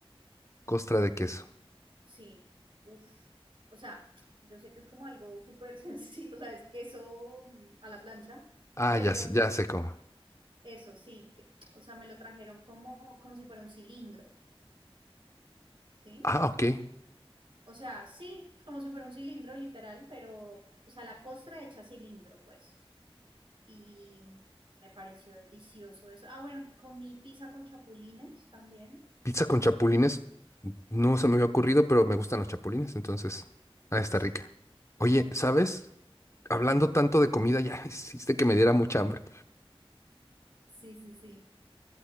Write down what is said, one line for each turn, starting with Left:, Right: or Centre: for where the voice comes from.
Left: Costra de queso.
Right: Sí, uff. O sea, yo sé que es como algo súper <laughs> sencillo, o sea, es queso mm, a la plancha,
Left: Ah,
Right: pero
Left: ya, sé- ya sé cómo.
Right: eso sí, que- o sea, me lo trajeron como, como si fuera un cilindro, ¿sí?
Left: Ah, ok.
Right: O sea, sí, como si fuera un cilindro literal, pero, o sea, la costra hecha cilindro, pues. Y mm, me pareció delicioso eso. Ah, bueno, comí pizza con chapulines también.
Left: Pizza con chapulines, no se me había ocurrido, pero me gustan los chapulines, entonces, ah, está
Right: Sí,
Left: rica. Oye,
Right: comí.
Left: ¿sabes? Hablando
Right: Ajá.
Left: tanto de comida, ya <laughs> hiciste que me diera mucha hambre.
Right: Sí, sí, sí.